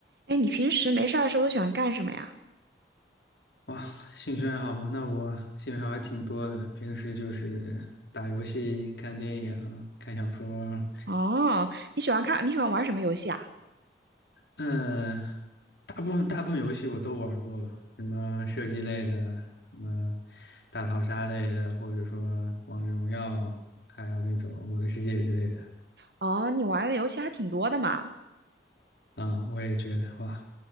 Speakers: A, on the right; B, on the left.
A: 哎，你平时没事儿的时候都喜欢干什么呀？
B: 哇，兴趣爱好吗？那我兴趣爱好还挺多的。平时就是打游戏、看电影、看小说，
A: 哦，你喜欢看，你喜欢玩什么游戏啊？
B: 嗯、大部分大部分游戏我都玩过，什么射击类的，什么大逃杀类的，或者说王者荣耀，还有那种我的世界之类的。
A: 哦，你玩的游戏还挺多的嘛。
B: 啊、我也觉得哇，